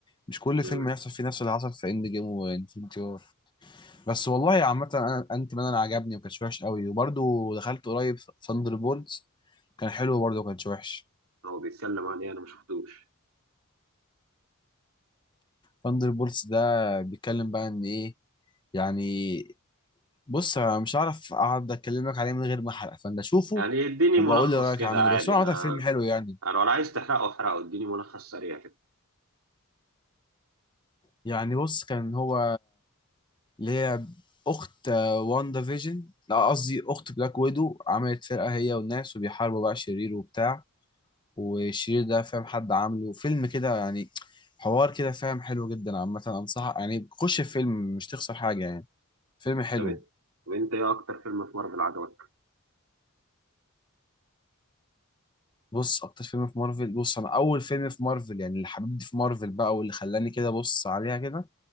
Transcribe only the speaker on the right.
مم.
هو بيتكلم عن ايه انا ما شفتوش
يعني اديني
ملخص
كده
عادي
انا
انا ولا عايز تحرقه احرقه اديني ملخص سريع كده
طب إيه؟ طب انت ايه اكتر فيلم في مارفل عجبك